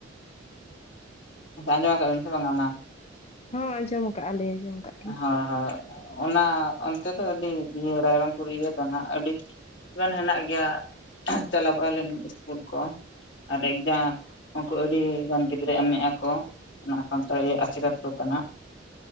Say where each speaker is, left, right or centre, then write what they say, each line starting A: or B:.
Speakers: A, on the left; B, on the left.
A: ᱾ ᱟᱸᱡᱚᱢᱟᱠᱟᱜ ᱵᱤᱱ ᱥᱮ ᱚᱱᱟ,
B: ᱦᱚᱸ ᱟᱸᱡᱚᱢ ᱟᱠᱟᱜᱼᱟ ᱞᱤᱧ ᱟᱸᱡᱚᱢ ᱟᱠᱟᱜᱼᱟ ᱞᱤᱧ
A: ᱦᱚᱭ ᱦᱚᱭ ᱚᱱᱟ ᱚᱱᱛᱮ ᱫᱚ ᱟᱹᱰᱤ ᱤᱭᱟᱹ ᱨᱟᱭᱨᱚᱝᱯᱩᱨ ᱤᱭᱟᱹ ᱠᱟᱱᱟ ᱟᱹᱰᱤ ᱜᱟᱱ ᱦᱮᱱᱟᱜ ᱜᱮᱭᱟ ᱪᱟᱞᱟᱣ <unintelligible> <unintelligible> ᱠᱚ ᱟᱨ ᱮᱠᱡᱟᱢ ᱩᱱᱠᱩ ᱟᱹᱰᱤ ᱜᱟᱱ ᱜᱤᱫᱽᱨᱟᱹ ᱮᱢᱮᱫ ᱟᱠᱚ‌ ᱾ ᱚᱱᱟ ᱱᱷᱟᱜ ᱥᱟᱱᱛᱟᱲ <unintelligible> ᱱᱷᱟᱜ